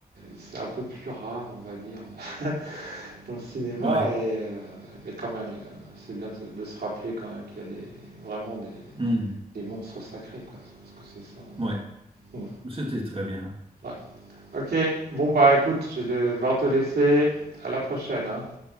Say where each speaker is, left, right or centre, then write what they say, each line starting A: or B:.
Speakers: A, on the right; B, on the right.
A: c'est un peu plus rare, on va dire, <laughs> dans le cinéma,
B: Ouais.
A: et, euh, mais quand même, euh, c'est bien de, de se rappeler quand même qu'il y a des, vraiment des,
B: Hmm,
A: des monstres sacrés, quoi. Je pense que c'est ça.
B: ouais.
A: Mmh.
B: C'était très bien.
A: Ouais. Ok, bon bah écoute, je vais devoir te laisser. À la prochaine, hein.